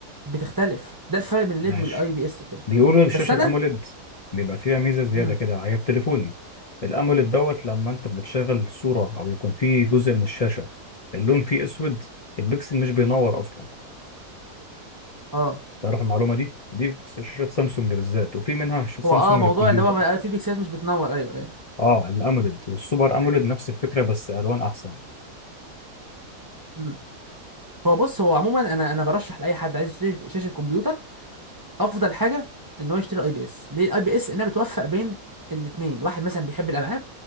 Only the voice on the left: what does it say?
ماشي
بيقولوا الشاشة
الأموليد بيبقى فيها ميزة زيادة
كده هي في تليفوني الأموليد دوت لما أنت بتشغل صورة أو يكون فيه جزء من الشاشة اللون فيه أسود البكسل مش بينور أصلا
تعرف المعلومة دي؟ دي في شاشات سامسونج بالذات وفي منها ش- سامسونج
للكمبيوتر
اه الأموليد السوبر أموليد نفس الفكرة بس ألوان أحسن